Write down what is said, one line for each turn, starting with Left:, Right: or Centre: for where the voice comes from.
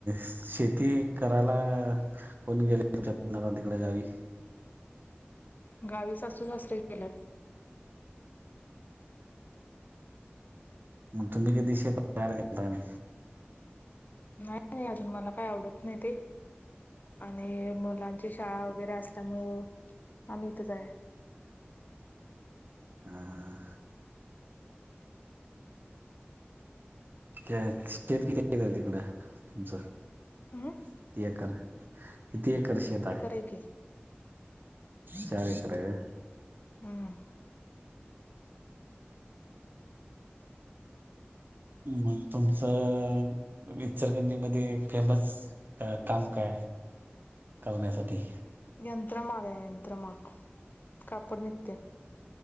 Right: शेती करायला कोणी गेले <unintelligible> तिकडे गावी.
Left: गावी सासू सासरे गेल्यात.
Right: मग तुम्ही कधी शे तयार करताय.
Left: नाही नाही अजून मला काय आवडत नाही ते. आणि मुलांची शाळा वगैरे असल्यामुळ आम्ही इथंच हाय.
Right: हा. शेत किती <unintelligible> तिकडं तुमचं?
Left: हम्म.
Right: किती एकर, किती एकर शेत आहे?
Left: काय की.
Right: चार एकर हाय वय.
Left: हम्म.
Right: मग तुमचं, इचलकरंजी मध्ये फेमस. अ काम काय? करण्यासाठी.
Left: यंत्रमाग हाय यंत्रमाग, कापड निगतय.